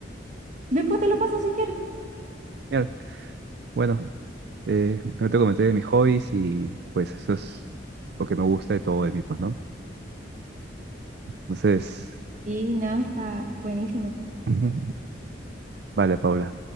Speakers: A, on the right; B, on the right.
A: Después te lo paso si quieres.
B: Genial. Bueno, eh, no te comenté de mis hobbies y pues eso es lo que me gusta de todo de mí, pues, ¿no? Entonces,
A: Y no, está buenísimo.
B: ujú. vale, Paula.